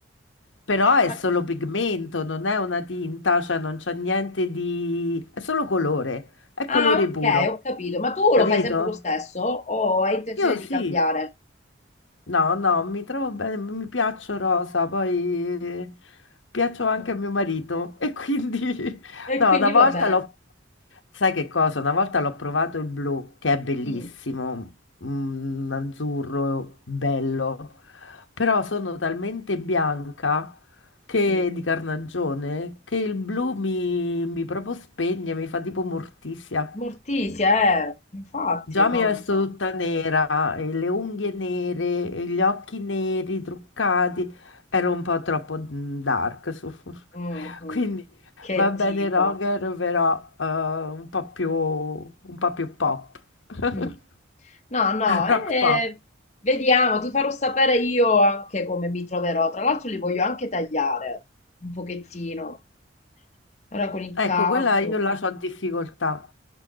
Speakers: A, on the left; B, on the left.
A: Però è
B: Ma-
A: solo pigmento, non è una tinta, cioè non c'è niente di... è solo colore, è colore
B: Ah, ok,
A: puro,
B: ho capito. Ma tu
A: capito?
B: lo fai sempre lo stesso o hai intenzione
A: Io
B: di
A: sì.
B: cambiare?
A: No, no, mi trovo bene, mi piaccio rosa, poi eh, piaccio anche
B: Mm.
A: a mio marito e quindi <laughs>
B: E
A: no,
B: quindi
A: una volta
B: va bene.
A: l'ho, sai che cosa? Una volta l'ho provato il blu, che è bellissimo,
B: Mm.
A: un azzurro bello, però sono talmente bianca che
B: Mm.
A: di carnagione che il blu mi, mi proprio spegne, mi fa tipo morticia.
B: Morticia, eh. Infatti,
A: Già
B: no,
A: mi resto
B: no.
A: tutta nera, e le unghie nere, e gli occhi neri, truccati. Ero un po' troppo mm, dark. su- <laughs>
B: Mm, mm.
A: Quindi
B: Che
A: va bene
B: tipo.
A: Roger, però eh, un po' più, un po' più pop. <laughs>
B: Mm. No, no, eh,
A: Rock pop.
B: vediamo, ti farò sapere io anche come mi troverò. Tra l'altro li voglio anche tagliare un pochettino, ora con il caldo.
A: Ecco, quella io la so difficoltà.